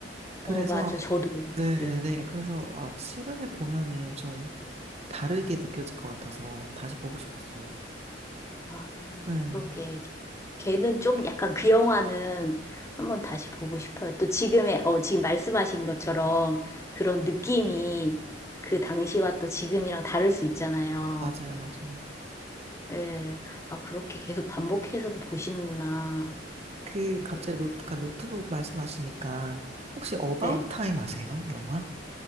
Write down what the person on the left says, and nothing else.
어, 맞아. 저도,
저도요.
아,
그러게. 걔는 좀 약간 그 영화는 한번 다시 보고 싶어요. 또 지금의, 어, 지금 말씀하신 것처럼 그런 느낌이 그 당시와 또 지금이랑 다를 수 있잖아요.
예. 아, 그렇게 계속 반복해서도 보시는구나.
네.
네.